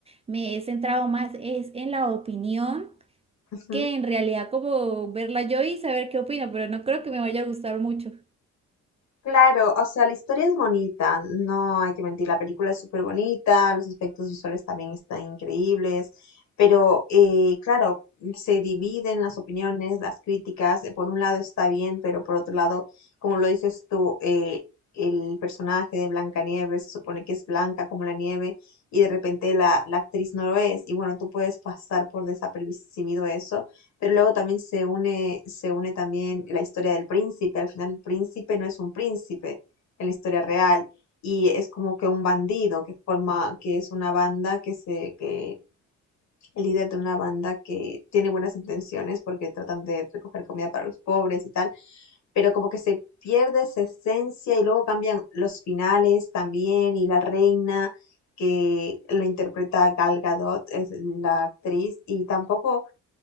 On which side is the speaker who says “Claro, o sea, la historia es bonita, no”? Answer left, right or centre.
Left